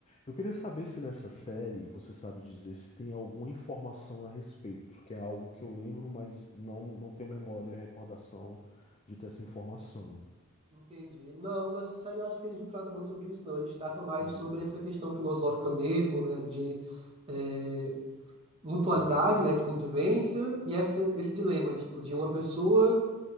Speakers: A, on the left; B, on the right.
A: Eu queria saber se nessa série você sabe dizer se tem alguma informação a respeito, que é algo que eu lembro, mas não, não tenho memória e recordação de ter essa informação.
B: Entendi. Não, nessa série eu acho que eles não tratam muito sobre isso, não. Eles tratam mais
A: Hum,
B: sobre essa questão filosófica mesmo, né, de é, mutualidade,
A: entendi.
B: né, de convivência e essa, esse dilema, tipo, de uma pessoa